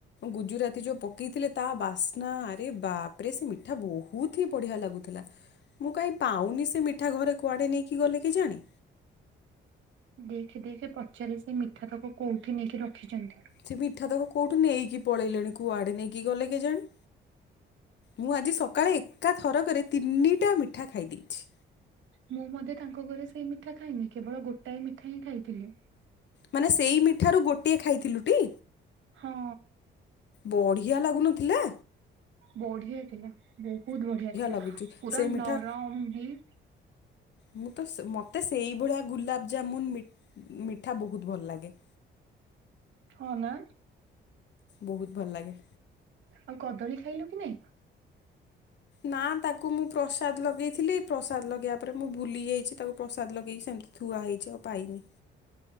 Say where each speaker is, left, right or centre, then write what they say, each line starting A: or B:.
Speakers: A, on the left; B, on the right.
A: ଗୁଜୁରାତି ଯୋଉ ପକେଇଥିଲେ ତାବାସ୍ନ ଆରେ ବାପରେ ସେମିଠା ବୋହୁ ବହୁତ୍ ହିଁ ବଢ଼ିଆ ଲାଗୁଥିଲା ମୁଁ କାହିଁ ପାଉନିସେ ମିଠା ଘରେ କୁଆଡ଼େ ନେଇକି ଗଲେକି ଜାଣି
B: ଦେଖେ ଦେଖେ ପଚାରେ ସେ ମିଠା ତାକୁ କୋଉଠି ନେଇକି ରଖିଛନ୍ତି।
A: ସେ ମିଠା ତକ କୋଉଠୁ ନେଇକି ପଳେଇଲେଣି କୁଆଡେ ନେଇକି ଗଲେ କେଜାଣି ମୁଁ ଆଜି ସକାଳେ ଏକା ଥରକରେ ତିନିଟା ମିଠା ଖାଇ ଦେଇଚି।
B: ମୁଁ ମଧ୍ୟେ ତାଙ୍କ ଘରେ ସେଇ ମିଠା ଖାଇନି କେବଳ ଗୋଟାଏ ମିଠାହିଁ ଖାଇଥିଲି।
A: ମାନେ ସେଇ ମିଠାରୁ ଗୋଟିଏ ଖାଇଥିଲୁଟି?
B: ହଁ।
A: ବଢ଼ିଆ ଲାଗୁନଥିଲା?
B: ବଢ଼ିଆ ଥିଲା ବହୁତ୍ ବଢ଼ିଆ ଥିଲା
A: ଲାଗୁଛି
B: ପୁରା
A: ସେ ମିଠା
B: ନରମ ହେଇ
A: ମୁଁ ତ ସ ମୋତେ ସେଇଭଳିଆ ଗୁଲାବଜାମୁନ୍ ମି ମିଠା ବହୁତ୍ ଭଲ ଲାଗେ।
B: ହଁ ନା।
A: ବହୁତ୍ ଭଲ ଲାଗେ।
B: ଆଉ କଦଳୀ ଖାଇଲୁକି ନାଇଁ?
A: ନା ତାକୁ ମୁଁ ପ୍ରସାଦ ଲଗେଇଥିଲି ପ୍ରସାଦ ଲଗେଇବା ପରେ ମୁଁ ଭୁଲି ଯାଇଚି ତାକୁ ପ୍ରସାଦ ଲଗେଇକି ସେମିତି ଥୁଆ ହେଇଚି ଆଉ ପାଇନି।